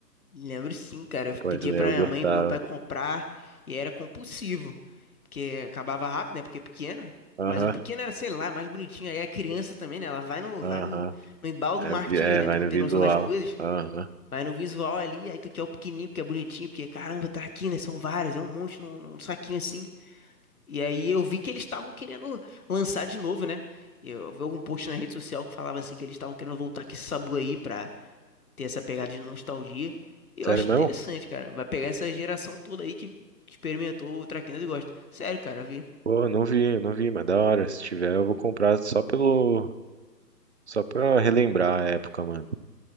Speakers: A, on the left; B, on the right.
A: Lembro sim, cara. Eu
B: Pô,
A: pedia
B: essa daí
A: pra
B: eu
A: minha
B: gostava.
A: mãe e pro meu pai comprar e era compulsivo. Porque acabava rápido, né? Porque é pequeno.
B: Aham,
A: Mas o pequeno era, sei lá, mais bonitinho. Aí a criança também, né? Ela vai no,
B: aham.
A: vai no, no embalo do
B: É,
A: marketing
B: vi- é,
A: ali, né?
B: vai
A: Tu não
B: no
A: tem
B: visual.
A: noção das coisas.
B: Aham.
A: Vai no visual ali, aí tu quer o pequenininho, porque é bonitinho, porque caramba, tá aqui, né? São vários, é um monte num, num saquinho assim. E aí eu vi que eles estavam querendo lançar de novo, né? Eu vi algum post na rede social que falava assim que eles estavam querendo voltar com esse sabu aí pra tem essa pegada de nostalgia. E
B: Sério
A: eu acho
B: mesmo?
A: interessante, cara. Vai pegar essa geração toda aí que experimentou o Traquinas e gosta. Sério, cara, vi.
B: Pô, não vi, não vi, mas da hora. Se tiver, eu vou comprar só pelo. Só pra relembrar a época, mano.